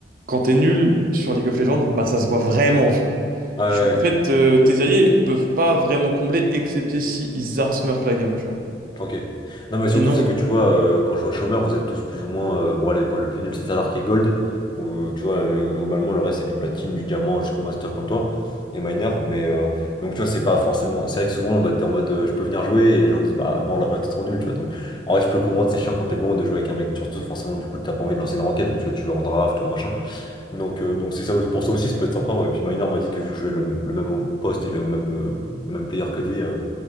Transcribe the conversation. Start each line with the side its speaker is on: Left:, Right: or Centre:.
Right: quand t'es nul sur League of Legends, bah ça se voit vraiment, tu vois.
Left: Ouais, ouais, ouais.
Right: Tu- en fait, euh, tes alliés peuvent pas vraiment combler, excepté si ils art smurf la game, tu vois.
Left: Enfin, ok. Non, mais surtout,
Right: Sinon,
Left: c'est que tu vois, euh, quand je vois chômeur, vous êtes tous plus ou moins. euh, bon, allez, quoi, le plus nul, c'est Salar qui est gold. Ou, euh, tu vois, euh, globalement, le reste, c'est du platine, du diamant jusqu'au master comme toi. Et miner. Mais euh, donc, tu vois, c'est pas forcément. C'est vrai que souvent, bah, t'es en mode, euh, je peux venir jouer. Et les gens disent, bah non, la main, t'es trop nul, tu vois. Donc, en vrai, je peux comprendre, c'est chiant quand t'es bon de jouer avec un mec. Surtout, forcément, du coup, t'as pas envie de lancer une ranked. Tu vois, tu vas en draft, tout machin. Donc, euh, donc c'est ça, pour ça aussi, ça peut être sympa. Ouais. Puis Minor m'a dit que vu que je vais le, le même poste et le même, euh, même player que lui, euh,